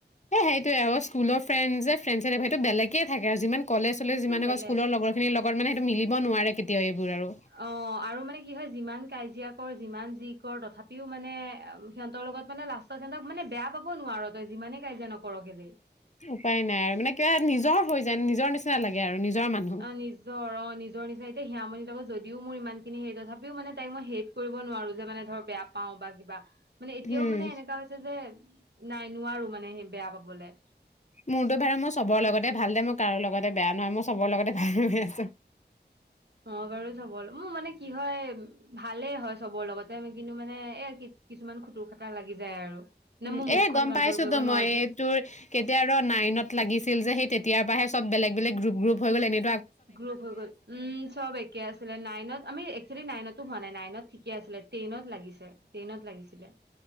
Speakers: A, on the left; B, on the right.
A: হে সেইটো এ স্কুলৰ ফ্ৰেচ যে তে সেইটো বেলেগে থাকে আৰু যিমান কলেজ চলেজ
B: সেইটো
A: যিমান
B: বেলেগ
A: আকৌ স্কুলৰ লগৰখিনিৰ লগত মানে সেইটো মিলিব নোৱাৰে কেতিয়াও এইবোৰ আৰু
B: অ আৰু মানে কি হয় যিমান কাজিয়া কৰ যিমান যি কৰ তথাপি ও মানেম সিহঁতৰ লগত মানে লাষ্টৰ সিহঁক মানে বেয়া পাব নোৱাৰ তই যিমানে কাই যে নকৰক হলে
A: উপায় নাই আৰু মানে কিবা নিজৰ হৈ যায় নিজৰ নিচিনা লাগে আৰু নিজৰ মানুহ
B: অ নিজৰ ৰ। নিজৰ নিচা এতিয়া সিয়ামণিৰ লগ যদিও মোৰ ইমান খিনি হেই তথাপিও মানে তাইক মই হেট কৰিব নোৱাৰো যে মানে ধৰ বেয়া পাওঁ বা কিবা। মানে এতিয়াও
A: উম
B: মানে এনেককা হৈছে যে। নাই নোৱাৰো মানে সেই বেয়া পাবলৈ।
A: মোৰতো ভাড়া মই চবৰ লগতে ভাল দে মই কাৰো লগতে বেয়া নহয় মই চবৰ লগতে। নছো।
B: অ বাৰু চবৰ মোৰ মানে কি হয় ভালেই হয় চবৰ লগতে কিন্তু মানে এ কিছুমান খুতুৰ খটাাৰ লাগি যায় আৰু। মানে
A: উ
B: মোৰ মুখখন
A: এ গম
B: কন্ট্ৰল
A: পাইছো
B: কৰিব
A: তো
B: নোৱাৰো
A: মই
B: যে
A: এই তোৰ কেতিয়া ৰ নাইনত লাগিছিল যে সেই। ইয়াৰ পৰাাহেব বেলেগেলেগ গ্ৰপ গ্ৰু হৈ গ' এনে।
B: গ্ৰুপ হৈ গ'ল উম চব একে আছিলে নাইনত আমি একচুৱেলি নাইনতো হোৱা নাই নাইনত। ঠিকে আছিলে ট্ৰেইনত লাগিছে ট্ৰেইনত লাগিছিলে।